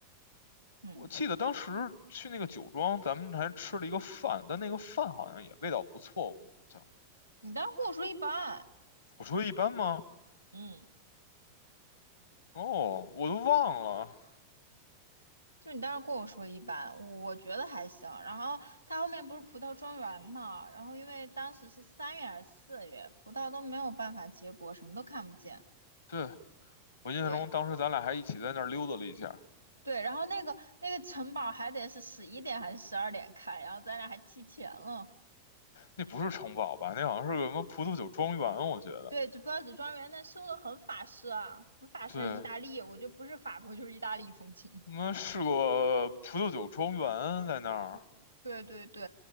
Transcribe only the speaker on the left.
我记得当时去那个酒庄，咱们还吃了一个饭，但那个饭好像也味道不错。我印象，
我说一般吗？
哦，我都忘了。
对，我印象中当时咱俩还一起在那儿溜达了一下。
那不是城堡吧？那好像是个什么葡萄酒庄园，我觉得。
对，
我们是个葡萄酒庄园在那儿。